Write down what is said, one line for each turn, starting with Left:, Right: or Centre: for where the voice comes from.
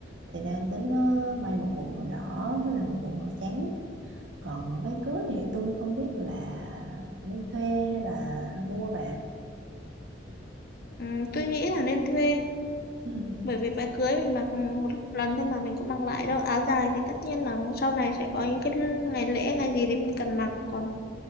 Right: thì đang tính ờ, may một bộ màu đỏ với lại một bộ màu trắng còn váy cưới thì tôi không biết là nên thuê hay là mua bà
Left: Ừ, tôi nghĩ là nên thuê
Right: ừ
Left: bởi vì váy cưới mình mặc một lần thôi mà mình cũng mặc lại đâu áo dài thì tất nhiên là sau này sẽ có những cái ngày lễ ngày gì đấy mình cần mặc còn